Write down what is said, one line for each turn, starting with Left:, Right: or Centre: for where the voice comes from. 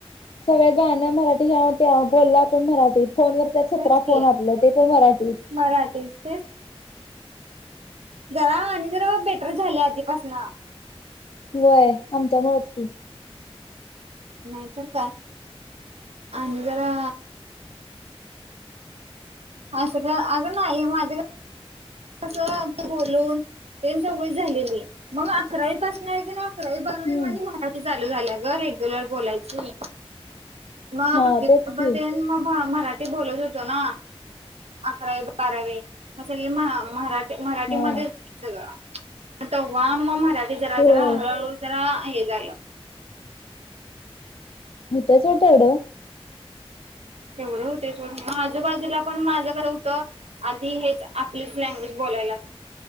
Left: सगळं गाणं मराठी यात त्या बोललं आपण मराठी. फोनवर त्या सतरा
Right: तेच
Left: फोन
Right: की
Left: आपलं ते पण मराठीच.
Right: मराठीच तेच. जरा आणि जरा बेटर झाल्या आधीपासन.
Left: व्हय आमच्या मुळच की.
Right: नाहीतर काय आणि जरा. असं का? अगं नाही माझ्या कस बोलून ते सवय झालेली मग अकरावीपासन आहे की ना अकरावी, बारावी
Left: हम्म
Right: माझी मराठी चालू झाल्या ग रेग्युलर बोलायची. मग
Left: हा
Right: भाजी
Left: तेच
Right: चपाती
Left: की
Right: म भ मराठी ते बोलत होतो ना, अकरावीत बारावी मग सगळे महा <unintelligible> मराठीमध्येच
Left: हा
Right: सगळं तंवा मग मराठी जरा
Left: होय
Right: जरा हळूहळू जरा हे झालं
Left: होतंय का तेवढं वेळ
Right: तेवढे होते पण आजूबाजूला पण माझं खरं होतं. आधी हेच आपलीच लँग्वेज बोलायला लाग